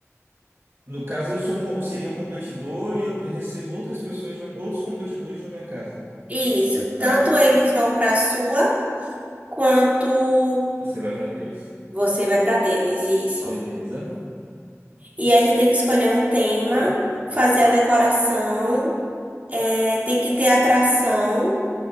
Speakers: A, on the right; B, on the right.
A: No caso, eu sou um, co- seria um competidor e eu recebo outras pessoas, na- outros competidores na minha casa.
B: Isso. Tanto
A: Ah, tá
B: eles
A: bom.
B: vão para sua, quanto.
A: Você vai para deles.
B: Você vai para deles, isso.
A: Beleza.
B: E aí você tem que escolher um tema, fazer a decoração, é, tem que ter atração